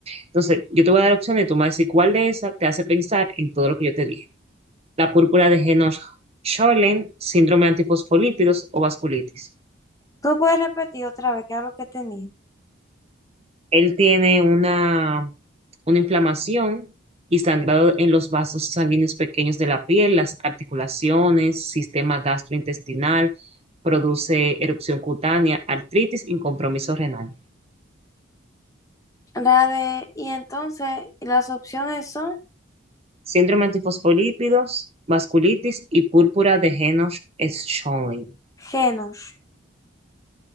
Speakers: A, on the right; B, on the left.
A: Entonces, yo te voy a dar opciones, tú me vas a decir cuál de esas te hace pensar en todo lo que yo te dije. La púrpura de henoch Schönlein, síndrome de antifosfolípidos o vasculitis.
B: Tú puedes repetir otra vez qué era lo que tenía.
A: Él tiene una, una inflamación y sangrado en los vasos sanguíneos pequeños de la piel, las articulaciones, sistema gastrointestinal, produce erupción cutánea, artritis y compromiso renal.
B: La de, y entonces las opciones son
A: Síndrome de antifosfolípidos, vasculitis y púrpura de henoch Schönlein.
B: genos.